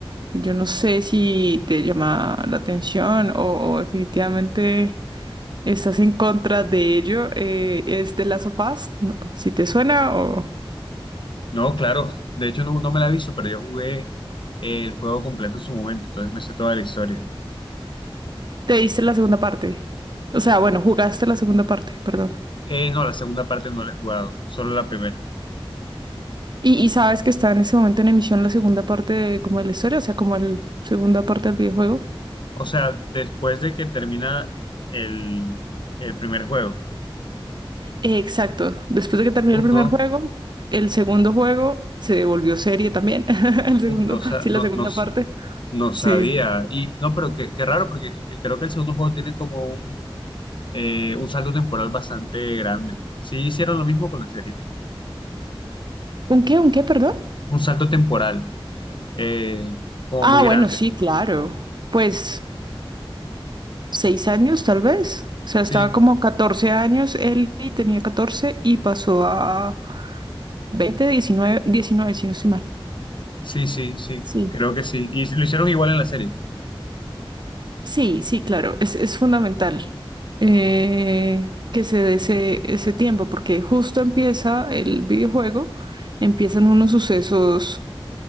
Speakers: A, on the right (about 50°); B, on the left (about 60°).
A: Yo no sé si te llama la atención o, o definitivamente estás en contra de ello. eh, es The Last of Us, ¿no? Si te suena o...
B: No, claro, de hecho no, no me la he visto, pero yo jugué eh, el juego completo en su momento, entonces me sé toda la historia.
A: Te diste la segunda parte. O sea, bueno, jugaste la segunda parte, perdón.
B: Eh, no, la segunda parte no la he jugado, solo la primera.
A: Y, y sabes que está en ese momento en emisión la segunda parte de, como de la historia, o sea, como la segunda parte del videojuego.
B: O sea, después de que termina el, el primer juego.
A: Eh, exacto. Después de que terminó
B: Uf,
A: el primer
B: no.
A: juego, el segundo juego se volvió serie también. <laughs> El segundo,
B: Uf, no, sa-
A: sí,
B: no,
A: la segunda
B: no s-
A: parte.
B: no
A: Sí.
B: sabía. Y no, pero qué, qué raro, porque creo que el segundo juego tiene como un, eh, un salto temporal bastante grande. Sí, hicieron lo mismo con la serie.
A: ¿Un qué? ¿Un qué? Perdón.
B: Un salto temporal, eh, como
A: Ah,
B: muy grande.
A: bueno, sí, claro. Pues seis años tal vez. O sea,
B: Sí,
A: estaba como 14 años él y tenía 14 y pasó a 20 diecinueve diecinueve si no estoy mal.
B: sí, sí, sí,
A: Sí.
B: creo que sí. Y lo hicieron igual en la serie.
A: Sí, sí, claro, es, es fundamental eh, que se dé ese, ese tiempo, porque justo empieza el videojuego, empiezan unos sucesos